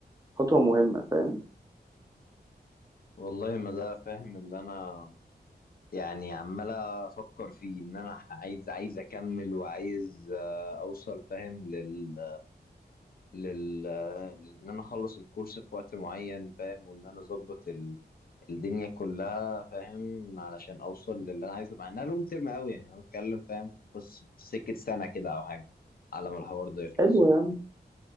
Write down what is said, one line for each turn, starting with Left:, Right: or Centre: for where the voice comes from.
Right: خطوه مهمه فاهم
Left: والله ما ده فاهم اللي انا يعني عمال افكر فيه ان انا عايز عايز اكمل وعايز آه، اوصل فاهم لل لل ان انا اخلص الكورس في وقت معين فاهم وان انا اظبط ال... الدنيا كلها فاهم علشان اوصل للي انا عايزه مع انها لونج تيرم قوي يعني انا بتكلم فاهم في قصه سكه سنه كده او حاجه على ما الحوار ده يخلص
Right: حلو يا عم